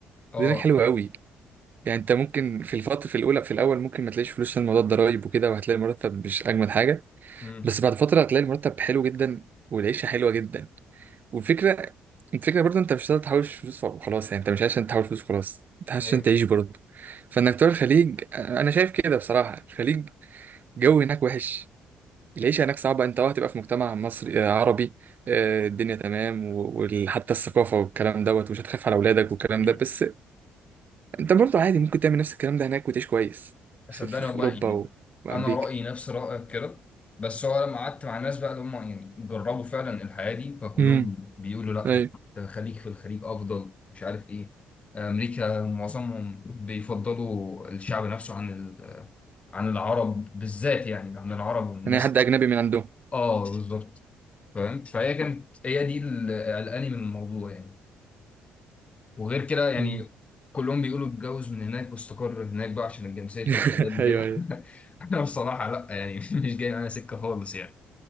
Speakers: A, on the left (about 35°); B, on the right (about 50°).
A: اه
B: الدنيا هناك حلوه قوي يعني انت ممكن في الفتره في الاولى في الاول ممكن ما تلاقيش فلوس عشان موضوع الضرايب وكده وهتلاقي المرتب مش اجمل حاجه
A: امم
B: بس بعد فتره هتلاقي المرتب حلو جدا والعيشه حلوه جدا والفكره الفكره برضه انت مش هتقدر تحوش فلوس وخلاص يعني انت مش عشان تحوش فلوس خلاص انت عشان
A: ايوه
B: تعيش برضه فانك تروح الخليج انا شايف كده بصراحه الخليج جو هناك وحش العيشة هناك صعبة انت اه هتبقى في مجتمع مصري آه، عربي آه، الدنيا تمام وحتى الثقافة والكلام دوت ومش هتخاف على أولادك والكلام
A: امم
B: ده بس انت برضو عادي ممكن تعمل نفس الكلام ده هناك وتعيش كويس
A: صدقني
B: في, في, في
A: والله
B: أوروبا
A: يعني
B: و... وأمريكا
A: انا رأيي نفس رأيك كده بس هو لما قعدت مع الناس بقى اللي هم يعني جربوا فعلا الحياة دي فكلهم
B: امم
A: بيقولوا لا
B: ايوه
A: يعني أنت خليك في الخليج افضل مش عارف ايه امريكا معظمهم بيفضلوا الشعب نفسه عن ال- عن العرب بالذات يعني عن العرب والناس
B: انا حد أجنبي من عندهم
A: اه بالظبط فاهم فهي كانت هي دي اللي قلقاني من الموضوع يعني وغير كده يعني
B: مم.
A: كلهم بيقولوا اتجوز من هناك واستقر هناك بقى عشان جنسية
B: <laughs>
A: الأولاد وكده
B: ايوه ايوه
A: <laughs> أنا بصراحة لأ يعني <laughs> مش جاي معايا سكة خالص يعني